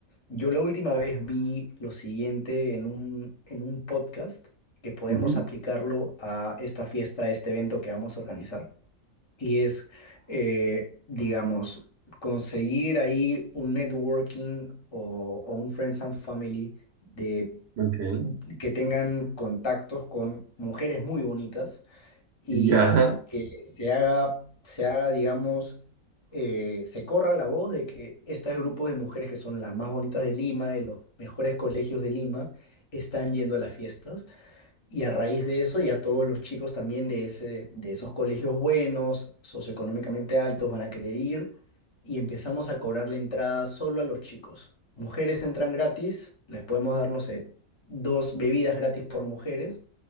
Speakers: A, on the left; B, on the right.
A: yo la última vez vi lo siguiente en un, en un podcast que podemos
B: Ujú,
A: aplicarlo a esta fiesta, a este evento que vamos a organizar. Y es, eh, digamos, conseguir ahí un networking o, o un friends and family de,
B: ok.
A: que tengan contactos con mujeres muy bonitas y
B: Ya.
A: que se haga, se haga, digamos, eh, se corra la voz de que estos grupos de mujeres que son las más bonitas de Lima, de los mejores colegios de Lima, están yendo a las fiestas. Y a raíz de eso, ya todos los chicos también de ese, de esos colegios buenos, socioeconómicamente altos, van a querer ir y empezamos a cobrar la entrada solo a los chicos. Mujeres entran gratis, les podemos dar, no sé, dos bebidas gratis por mujeres